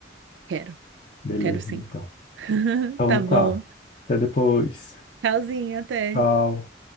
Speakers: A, on the right; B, on the left.
A: Quero,
B: Beleza,
A: quero sim.
B: então.
A: <laughs>
B: Então
A: Tá
B: tá.
A: bom.
B: Até depois.
A: Tchauzinho, até.
B: Tchau.